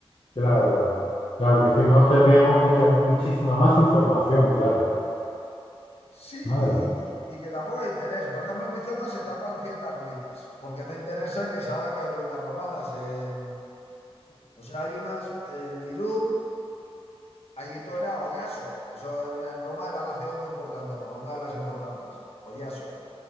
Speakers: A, on the left; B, on the left.
A: claro. Claro que si no tendríamos mucha, muchísima más información, claro.
B: Sí,
A: Madre.
B: y, y- y que tampoco hay interés. Por ejemplo, en mi zona se tapan ciertas ruinas, porque no interesa que salga que hay ruinas romanas en, O sea, hay unas en Irún, allí Ayito era Oyaso. Eso en, en Roma era una ciudad muy importante, Roma, una de las importantes, Oyaso.